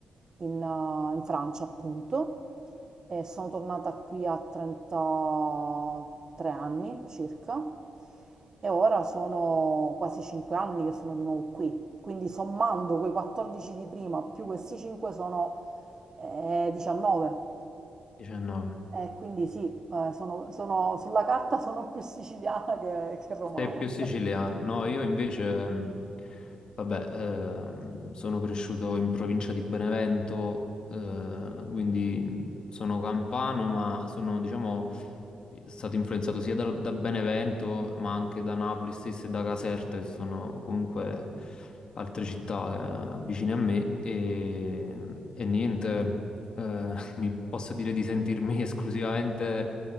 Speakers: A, on the right (about 30°); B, on the left (about 45°).
A: in, eh, in Francia, appunto, e sono tornata qui a 33 anni circa e ora sono quasi 5 anni che sono di nuovo qui. Quindi sommando quei 14 di prima più questi 5 sono eh, 19.
B: 19.
A: E quindi sì, eh, sono, sono- sulla carta sono più siciliana che che romana.
B: Sei più siciliano. No, io invece, mm, vabbè, ehm, sono cresciuto in provincia di Benevento, eh, quindi sono campano, ma sono, diciamo, è stato influenzato sia dal- da, Benevento, ma anche da Napoli stessa e da Caserta, che sono comunque altre città eh, vicine a me. E, e niente, eh, <laughs> mi posso dire di sentirmi <laughs> esclusivamente